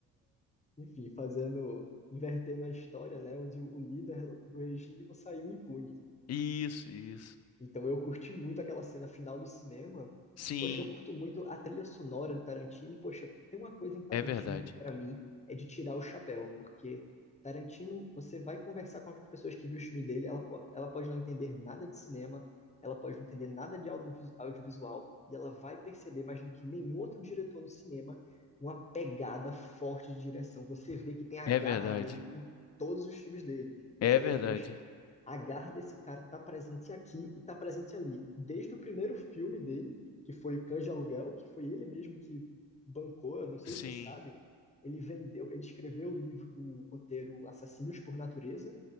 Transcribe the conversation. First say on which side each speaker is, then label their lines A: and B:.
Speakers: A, on the left; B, on the left.
A: enfim, fazendo, invertendo a história, né? Onde o líder do regime não saiu impune.
B: Isso, isso.
A: Então eu curti muito aquela cena final do cinema.
B: Sim.
A: Poxa, eu curto muito a trilha sonora de Tarantino. E, poxa, tem uma coisa em Tarantino
B: É verdade.
A: que pra mim é de tirar o chapéu, porque Tarantino, você vai conversar com as pessoas que viu o filme dele, ela, po- ela pode não entender nada de cinema, ela pode não entender nada de audiovis- audiovisual, e ela vai perceber mais do que nenhum outro diretor no cinema uma pegada forte de direção. Você vê que tem a
B: É
A: garra
B: verdade.
A: dele em todos os filmes dele. Você
B: É verdade.
A: vê, poxa a garra desse cara tá presente aqui e tá presente ali. Desde o primeiro filme dele, que foi o Cães de Aluguel, que foi ele mesmo que bancou, eu não sei
B: Sim.
A: se você sabe, ele vendeu, ele escreveu o livro, o roteiro Assassinos por Natureza,